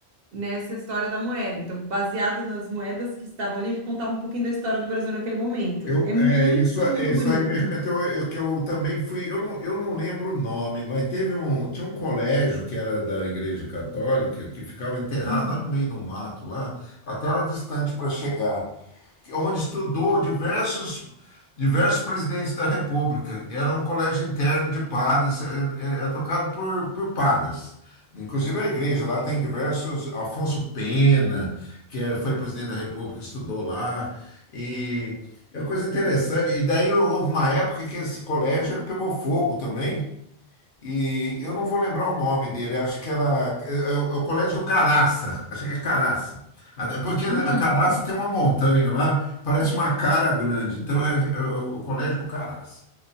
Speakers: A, on the right; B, on the left.
A: nessa história da moeda. Então, baseado nas moedas que estavam ali, ele contava um pouquinho da história do Brasil naquele momento.
B: Eu,
A: É muito,
B: é, isso, é,
A: muito
B: isso
A: bonita.
B: aí me remeteu eu- que eu também fui. Eu não, eu não lembro o nome, mas teve um, tinha um colégio que era da Igreja Católica que ficava enterrado
A: Hum,
B: lá no meio do mato, lá, até era distante para chegar onde estudou diversos, diversos presidentes da República. Era um colégio interno de padres, é, é- é tocado por, por padres. Inclusive a igreja lá tem diversos. Afonso Pena, que é- foi presidente da República, estudou lá. E é uma coisa interessante. E daí houve uma época que esse colégio ele pegou fogo também. E eu não vou lembrar o nome dele, acho que era é, é o é o Colégio do Caraça, acho que é Caraça. Até Porque a
A: hum,
B: Caraça tem uma montanha lá, parece uma cara grande, então é, é o o Colégio do Caraça.